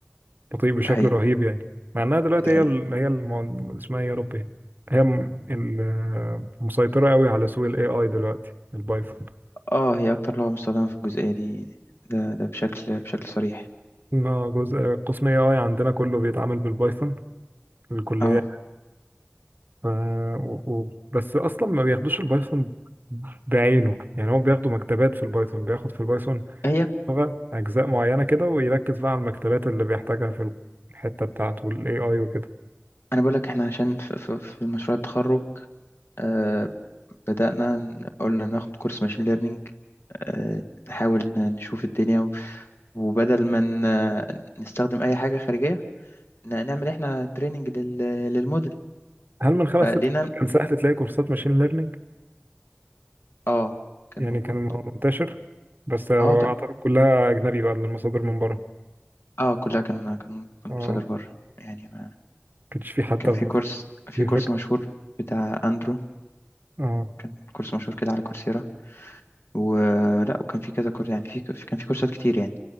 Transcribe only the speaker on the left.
ده حقيقي
ده
حقيقي
اه هي اكتر لغة مستخدمة في الجزئية دي ده ده بشكل بشكل صريح
اه
هي
انا بقول لك احنا عشان في, في, في مشروع التخرج آه بدأنا ن- قلنا ناخد كورس ماشين ليرنينج آه نحاول ن- نشوف الدنيا و- وبدل ما ن- نستخدم اي حاجة خارجية ن- نعمل احنا تريننج لل للموديل
فلقينا
اه كان
موجود
اه لا
اه كلها كان كان كان
مصادر بره يعني ما
كان في
كورس
في كورس
مشهور بتاع اندرو
كان كورس مشهور كده على كورسيرا ولا وكان في كذا كورس يعني في كان في كورسات كتير يعني